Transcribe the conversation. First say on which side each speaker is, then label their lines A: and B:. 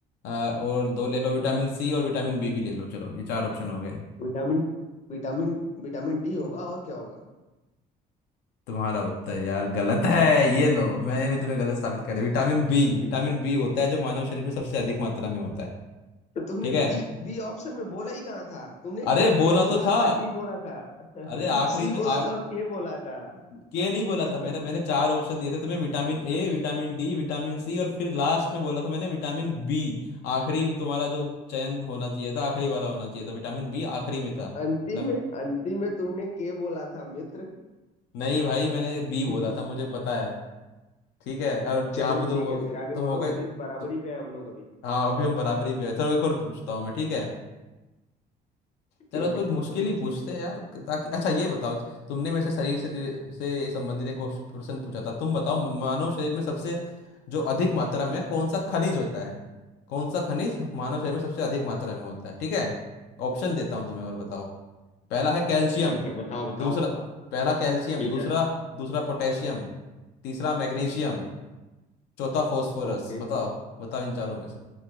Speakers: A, on the left; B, on the left.
A: और दो ले लो विटामिन सी और विटामिन बी भी ले लो चलो ये चार ऑप्शन हो गए
B: विटामिन विटामिन विटामिन डी होगा और क्या होगा
A: तुम्हारा उत्तर यार गलत है ये लो मैंने भी तुम्हें गलत साबित कर विटामिन बी विटामिन बी होता है जो मानव शरीर में सबसे अधिक मात्रा में होता है
B: तो तुमने
A: ठीक है
B: बी बी ऑप्शन में बोला ही कहाँ था तुमने
A: अरे बोला
B: ए बोला
A: तो था
B: था डी बोला था <laughs>
A: अरे आखिरी
B: सी
A: जो आ,
B: बोला था और के बोला था
A: के नहीं बोला
B: <laughs>
A: था मेरा मैंने चार ऑप्शन दिए थे तुम्हें vitamin A vitamin D vitamin C और फिर लास्ट में बोला था मैंने विटामिन बी आखिरी तुम्हारा जो चयन होना चाहिए था आखिरी वाला होना चाहिए था विटामिन बी आखिरी में था
B: अंतिम
A: तम,
B: में अंतिम में तुमने के बोला था मित्र
A: नहीं भाई मैंने बी बोला
B: <laughs>
A: था मुझे पता है ठीक है और
B: चलो
A: यहाँ पे तुम
B: ठीक
A: हो
B: है फिर आगे
A: तुम
B: बढ़ो
A: हो गए
B: फिर बराबरी
A: तो
B: पे है हम लोग अभी
A: हाँ अभी हम बराबरी पे हैं। चलो एक और पूछता हूँ मैं ठीक है चलो
B: ठीक
A: कुछ
B: है
A: मुश्किल
B: पूछो पूछो
A: ही पूछते हैं यार ताकि अच्छा ये बताओ तुमने मेरे से शरीर से रि- से संबंधित एक प्रश्न पूछा था तुम बताओ म- मानव शरीर में सबसे जो अधिक मात्रा में कौन सा खनिज होता है कौन सा खनिज मानव शरीर में सबसे अधिक मात्रा में होता है ठीक है ऑप्शन देता हूँ तुम्हें और बताओ पहला है कैल्शियम
B: ठीक है बताओ बताओ
A: दूसरा
B: बताओ
A: पहला कैल्शियम
B: ठीक
A: दूसरा
B: है
A: दूसरा पोटेशियम तीसरा मैग्नीशियम चौथा फॉस्फोरस
B: ओके
A: बताओ बताओ इन चारों में